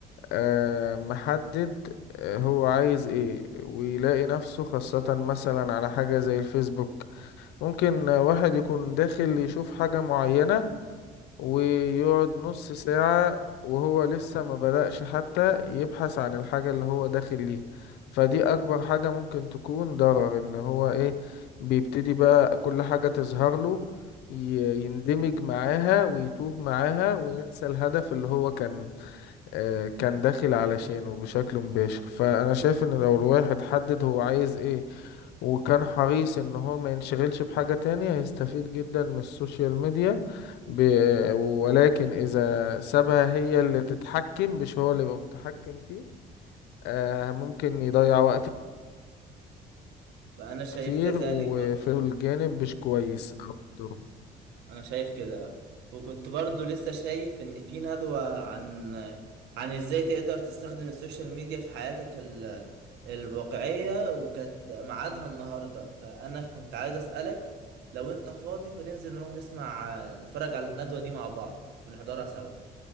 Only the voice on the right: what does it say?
فأنا شايف
كذلك
برضو
انا شايف كده وكنت برضو لسه شايف ان في ندوة عن عن ازاي تقدر تستخدم السوشيال ميديا في حياتك ال... الواقعية وكانت ميعادها النهاردة فانا كنت عايز اسألك لو انت فاضي فننزل نروح نسمع نتفرج على الندوة دي مع بعض ونحضرها سوا